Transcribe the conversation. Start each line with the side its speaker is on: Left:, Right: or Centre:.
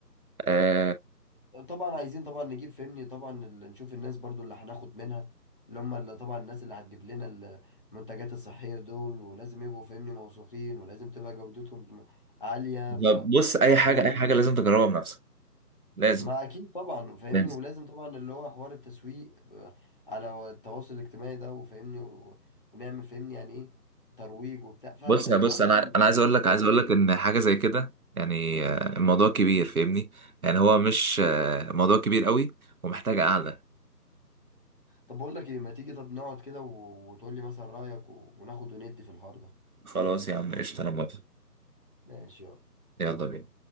Right: آه
Left: فطبعا عايزين طبعا نجيب فهمني طبعا ال- نشوف الناس برضو اللي هناخد منها اللي هم اللي طبعا الناس اللي هتجيب لنا المنتجات الصحية دول ولازم يبقوا فهمني موثوقين ولازم تبقى جودتهم عالية ف
Right: طب بص اي حاجة
Left: ولازم
Right: اي حاجة لازم تجربها بنفسك لازم
Left: ما اكيد طبعا فاهمني
Right: لازم
Left: ولازم طبعا اللي هو حوار التسويق آه، على التواصل الاجتماعي ده وفاهمني و... ونعمل فاهمني يعني ايه ترويج وبتاع فالحوار
Right: بص يا بص
Left: كبير.
Right: انا انا عايز اقول لك
Left: بقول
Right: عايز اقول
Left: لك ايه
Right: لك ان حاجة زي كده يعني آه، الموضوع كبير فاهمني؟ يعني هو مش آه، موضوع كبير قوي ومحتاج قعدة
Left: طب بقول لك ايه ما تيجي طب نقعد كده و... وتقول لي مثلا رأيك و... وناخد وندي في الحوار ده
Right: خلاص يا عم قشطة انا موافق
Left: ماشي يلا
Right: يلا بينا